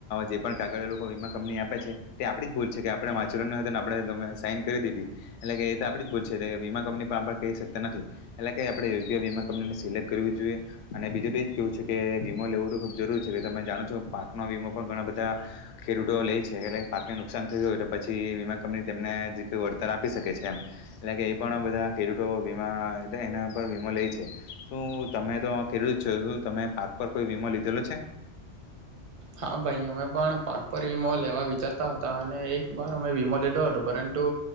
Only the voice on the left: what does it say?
જે પણ કાગળ લોકો વીમા કંપની આપે છે તે આપણી જ ભૂલ છે કે આપણે વાંચવાનું હતું ને આપણે તમે સાઈન કરી દીધી. એટલે કે એ તો આપડી જ ભૂલ છે વીમા કંપની પણ આપ કહી શકતા નથી એટલે કે આપણે યોગ્ય વીમા કંપનીને સિલેક્ટ કરવી જોઈએ અને બીજું તો એ જ કેવું છે કે વીમો લેવું તો ખૂબ જરૂરી છે કે તમે જાણો છો પાકનો વીમો પણ ઘણા બધા ખેડૂતો લે છે એટલે પાકને નુકસાન થયું હોય તો પછી વીમા કંપની તેમને આપી શકે છે એમ એટલે કે એ પણ બધા તે રીતે બીમા એના પર વીમો લેય છે, શું તમે તો આ <unintelligible> છે તમે પાક પર કોઈ વીમો લીધેલો છે?